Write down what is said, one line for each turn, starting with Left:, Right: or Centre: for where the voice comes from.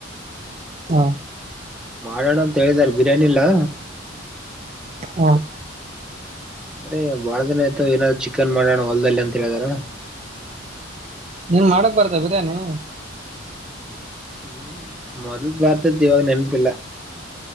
Right: ಹಾ
Centre: ಮಾಡೋಣ ಅಂತ ಹೇಳಿದಲ್ ಬಿರಿಯಾನಿಲ್ಲಾ.
Right: ಹಾ
Centre: ಅರೆ ಬಾಳ ದಿನ ಆಯ್ತು ಏನ ಚಿಕನ್ ಮಾಡೋಣ ಹೊಲ್ದದಲ್ಲಿ ಅಂತ ಹೇಳಿದಾರ.
Right: ನಿಂಗ್ ಮಾಡಕ್ ಬರ್ತ ಬಿರಿಯಾನಿ
Centre: ಹ್ಮ್ ಮೊದಲ್ ಬರ್ತಿತ್ತು ಇವಾಗ ನೆನಪಿಲ್ಲ